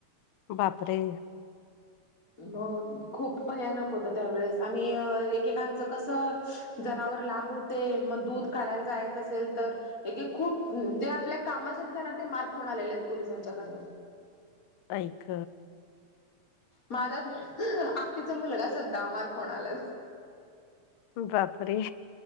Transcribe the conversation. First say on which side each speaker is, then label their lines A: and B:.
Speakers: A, on the left (about 80°); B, on the left (about 25°).
A: बापरे!
B: मग खूप भयानक होत त्यावेेळेस आम्ही एकेकांचं कसं- जनावर लांब होते मग दूध काढायला जायचं असेल तर- एके खूप जे आपल्या कामासाठी जाणार ते मार खाऊन आलेले आहेत पोलिसांच्याकडनं.
A: ऐक
B: माझा आत्ीचा मुलगा सधा मार खाऊन आलास.
A: बापरे!